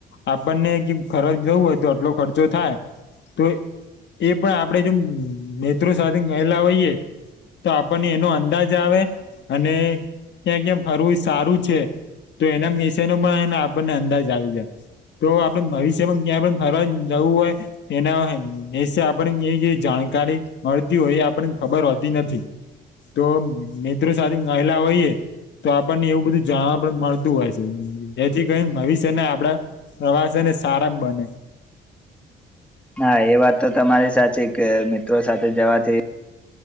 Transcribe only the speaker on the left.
આપણને કે ફરજ જવું હોય તો આટલો ખર્ચો થાય તો એ પણ આપડે જોમ નેત્રો સાથે ગયેલા હોઈએ તો આપણને એનો અંદાજ આવે અને ક્યા ક્યામ ફરવું સારું છે તો એના મીશનો ને આપ તા જાવી જાસ તો આપડે ભવિષ્ય પણ ક્યાં પણ ફરવા જવું હોય એના એ દેશે આપડે કેવી કેવી જાણ કારી મળતી હોય એ આપણને ખબર હોતી નથી. તો મિત્રો સાથે નાઇલા હોઇએ તો આપણને એવું બધું જાણવા પણ મળતું હોય છે. ધેટ જેથી કરીન ભવિષ્ય માં આપડા પ્રવાસેને સારા બને